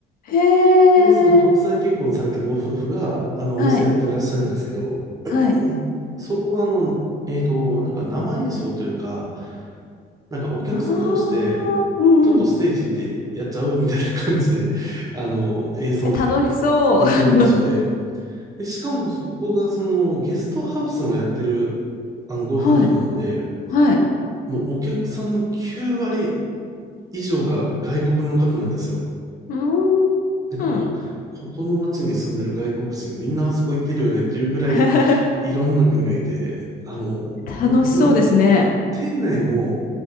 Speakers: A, on the left; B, on the right.
A: へえ。
B: で、その国際結婚されたご夫婦が、あの、お店やってらっしゃるんですけど、
A: はい。はい。
B: そこがあの、えっと、なんか生演奏というか、なんかお客さん同士で、
A: ああ。うんうん。
B: ちょっとステージ行ってやっちゃうみたいな感じで、あの、演奏とか
A: え、楽しそう。
B: できる場所で、
A: <laughs>
B: で、しかもそこがそのゲストハウスもやってる、あの、ご夫婦なので、
A: はい。はい。
B: もうお客さんの9割以上が外国の方なんですよ。
A: うーん。
B: なんかもう、ここの街に住んでる外国人みんなあそこ行ってるよねっていうぐらいいろんな国がいて、
A: <laughs>
B: あの、
A: 楽しそうですね。
B: もう、なん、店内も